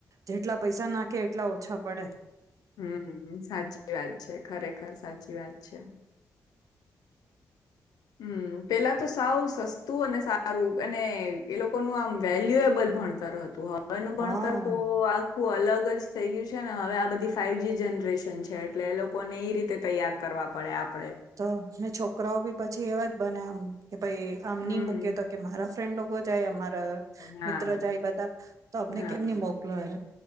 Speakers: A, on the right; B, on the left.
A: જેટલા પૈસા નાખે એટલા ઓછા પડે
B: હમ, સાચી વાત છે, ખરેખર. સાચી વાત છે. હમ પેલા તો સાવ સસ્તું અને સારું. અને એ લોકોનું આમ વેલ્યુએબલ ભણતર હતું હ વેનું ભણતર
A: હા
B: તો આ ખું અલગ જ થઈ ગ્યું છે. ને હવે આ બધી ફાઇવ જી જનરેશન છે, એટલે એ લોકોને ઈ રીતે તૈયાર કરવા પડે આપણે.
A: તો ને છોક છોકરાંઓ બી પછી એવા જ બને. હમ. કે ભાઈ આમ
B: હમ
A: નઈ મૂકી તો કે મારા ફ્રેન્ડ લોકો જાય અમારા
B: હા
A: મિત્ર જાય બધા તો અમને
B: હા
A: કેમ ની મોકલો એ